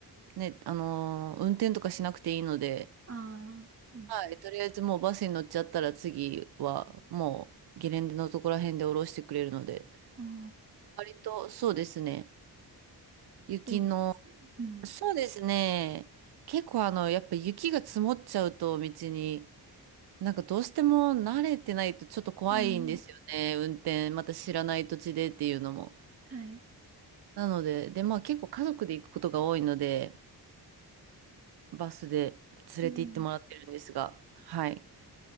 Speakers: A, on the right (about 70°); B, on the right (about 35°).
A: ね、あのー運転とかしなくていいので、
B: ああ、そうです。
A: はい、とりあえずもうバスに乗っちゃったら次はもうゲレンデのところら辺で降ろしてくれるので、
B: あ、
A: 割とそうですね、雪の
B: 便利ですね。うん。
A: そうですね。結構あの、やっぱ雪が積もっちゃうと道に、なんかどうしても慣れてないとちょっと怖いんですよね。
B: うん。
A: 運転、また知らない土地でっていうのも。
B: はい。
A: なので、で、まあ結構家族で行くことが多いので、バスで連れて行ってもらってるんですが、
B: うん。
A: はい。